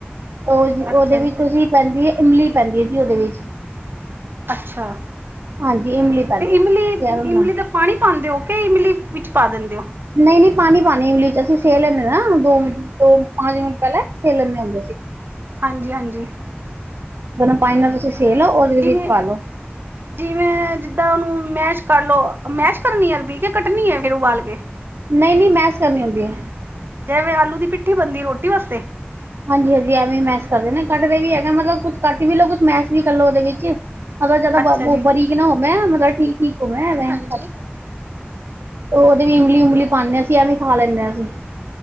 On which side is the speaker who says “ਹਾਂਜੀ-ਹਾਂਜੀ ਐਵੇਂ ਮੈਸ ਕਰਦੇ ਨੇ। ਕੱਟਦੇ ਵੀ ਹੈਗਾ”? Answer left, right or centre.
Right